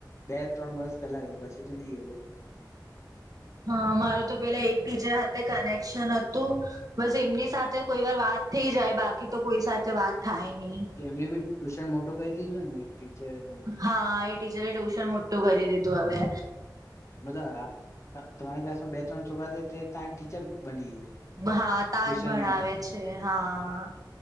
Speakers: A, on the left; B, on the right.
A: બે ત્રણ વર્ષ પેલા ગ પાછી, તો નહી ગલો.
B: હા, મારું તો પેલા એક ટીજર સાથે કનેક્શન હતું, બસ એમની સાથે કોઈ વાર વાત થઈ જાય, બાકી તો કોઈ સાથે વાત. થાય નહી
A: એમને બી ટુશન મોટું કહી દીધું ને. ટીચરે તો
B: હા, એ. ટીચરે, ટ્યુશન મોટું કરી દીધું હવે.
A: બધા તમારી, ક્લાસમાં બે ત્રણ છોકરા છે, તે ત ટીચર. બની ગયા
B: હા, તાજ
A: ટ્યુશનમાં
B: ભણાવે છે, હા.